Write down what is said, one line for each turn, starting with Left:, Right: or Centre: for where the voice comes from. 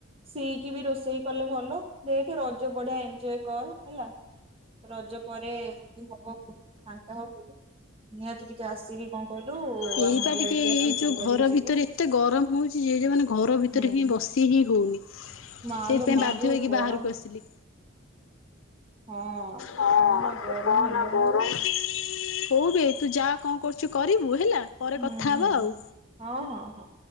Right: ସିଇକି ବି ରୋଷେଇ କଲେ ଭଲ ଦେଖ ରଜ ବଢିଆ ଏଞ୍ଜୟ୍ କର ହେଲା ରଜ ପରେ ଯଦି ହବ ଫାଙ୍କା ହବ ନିହାତି ଟିକେ ଆସିକି କଣ କହିଲୁ
Left: ଏଇପା
Right: ଆମ ଇଆଡେ ଟିକେ
Left: ଏଇ
Right: ଆସିି
Left: ଯୋଉ
Right: ବୁଲିବାଲିକି
Left: ଘର
Right: ଯିବୁ।
Left: ଭିତରେ ଏତେ ଗରମ ହଉଛି ଯେ ମାନେ ଘର ଭିତରେ
Right: ହୁଁ।
Left: ହିଁ ବସି ହିଁ ହଉନି। ସେଇଥିପାଇଁ
Right: ମାଲୋ ମା
Left: ବାଧ୍ୟ
Right: ଯୋଉ
Left: ହେଇକି
Right: ଗରମ
Left: ବାହାରକୁ ଆସିଲି।
Right: ହଁ ତୁ
Left: ହଁ
Right: କହନା
Left: ତୁ
Right: ଗରମ
Left: କହନା
Right: ହେଲା ଭଳିଆ
Left: ଗରମ
Right: ହଉଛି।
Left: ହଉ ବେ ତୁ ଯା କଣ କରୁୁ ରୁଚୁ କରିବୁ ହେଲା। ପରେ
Right: ହୁଁ
Left: କଥା ହବା ଆଉ।
Right: ହଁ ହଁ ହଁ।